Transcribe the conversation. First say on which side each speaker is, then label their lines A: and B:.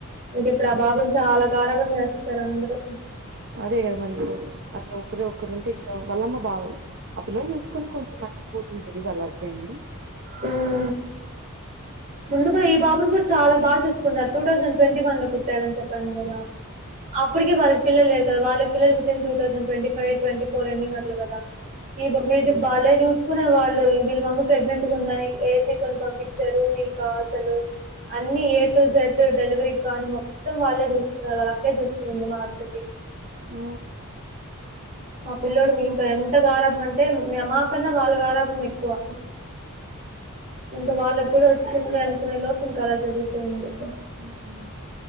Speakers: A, on the right; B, on the right.
A: ఇక ప్రభావం చాలా గారాభం చేస్తారు అందరూ
B: అదే కదా మరి ఇంకో అట్లా ఒక్కరే ఒక్కరు ఉంటే ఇంకా వళ్లమ్మ బాగు ఆ పిల్లోని చూసుకొని కొంచెం మర్చిపోతుంటది వాళ్ళ హస్బెండ్ ని
A: మ్
B: <inaudible>
A: ముందు కూడా ఈ బాబును కూడా చా బాగా చూసుకున్నారు టూ థౌసండ్ ట్వంటీ వన్ లో పుట్టాడుని చెప్పి తండ్రిలా అప్పుటికే వాళ్ల పిల్లల్లర్ కద వాళ పిల్లు పుట్టింది టూ థసండ్ట్వంటీ ఫైవ్ ట్వీ ఫోర్ ఎన్నింగ్ అట్ల కదా ఈద్ వీడ్ని బాలె జూస్ చూసుకునే వాళ్ళు వీళ్ళ మమ్మీ ప్రెగ్నెంట్ గా ఉందని ఏసీ కొని పంపించారు ఇంకా అసలు అన్ని ఏ టు జెడ్ డెలివరీ కానీ మొత్తం వాళ్ళే చూసుకున్నారు వాళ్ళ అక్కే చూసిపోయింది మా అత్తకి
B: ఊ
A: ఆ పిల్లొడికి ఇంకా ఎంత గారభం అంటే మాకన్నా వాళ్ళ గారభం ఎక్కువ ఇంకా వాళ్ళకి కూడా వచ్చింది అనుకునే లోపు ఇంక అలా జరిగిపోయింది
B: ఉహు